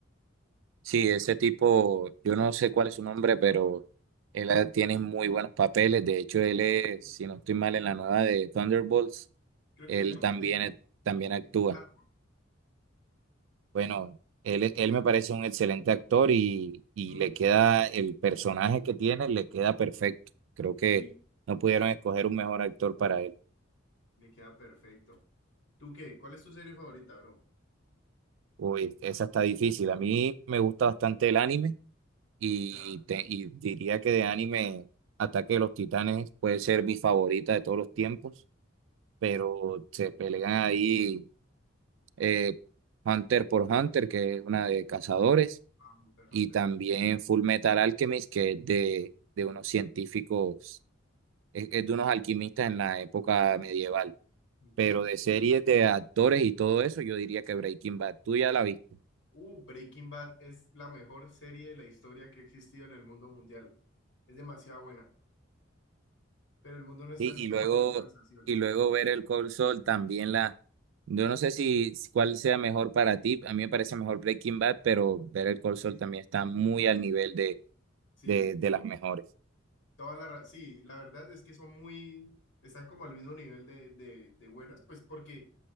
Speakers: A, on the right; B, on the left.
A: Sí, ese tipo, yo no sé cuál es su nombre, pero él ha- tiene muy buenos papeles. De hecho, él es,
B: Mm.
A: si no estoy mal, en la nueva de Thunderbolts,
B: Creo
A: él
B: que se llama
A: también,
B: David,
A: también actúa.
B: David Harbour.
A: Bueno, él, e, él me parece un excelente actor y, y
B: Mm,
A: le queda el personaje que tiene, le queda perfecto. Creo
B: Sí,
A: que no pudieron escoger un mejor actor para él.
B: le queda perfecto. ¿Tú qué? ¿Cuál es tu serie favorita, bro?
A: Uy, esa está difícil. A mí me gusta bastante el anime y,
B: Ya.
A: te- y diría que de anime Ataque de los Titanes puede ser mi favorita de todos los tiempos, pero se pelean ahí eh, Hunter por Hunter, que es una de cazadores.
B: Ah, interesante.
A: y también Full Metal Alchemist, que es de, de unos científicos, es, es de unos alquimistas en la época medieval.
B: Ujú.
A: Pero de series de actores y todo eso, yo diría que Breaking Bad, tú ya la viste.
B: Uh, Breaking Bad es la mejor serie de la historia que ha existido en el mundo mundial. Es demasiado buena, pero el mundo no está
A: Sí,
B: listo
A: y luego,
B: para esta conversación.
A: y luego ver el Cold Soul también la. Yo no sé si si cuál sea mejor para ti, a mí me parece mejor Breaking Bad, pero ver el Cold
B: Difícil.
A: Soul también está muy al nivel de,
B: Sí,
A: de, de las mejores.
B: toda la, ra- sí, la verdad es que son muy, están como al mismo nivel de, de, de buenas, pues porque